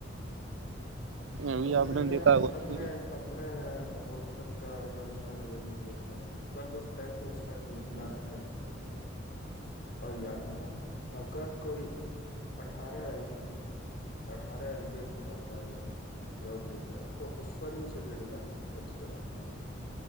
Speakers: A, on the right; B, on the left.
A: ابھی
B: پندرہ
A: آپ نے
B: ہزار
A: دیکھا ہوا
B: کا پندرہ
A: کہ
B: پندرہ ہزار کروڑ تک کا ا اس کاتا تب اس ٹائم تو اس کا ڈیھ لاکھ ف بنتا ہے اور یہاں اگر کوئی اٹھارہ اٹھارہ ایربیہ کماتا ہے ایک جاب لیتا ہے تو اس پر ہیے ڈیڑھ لاکھ ٹیکس پینا کرے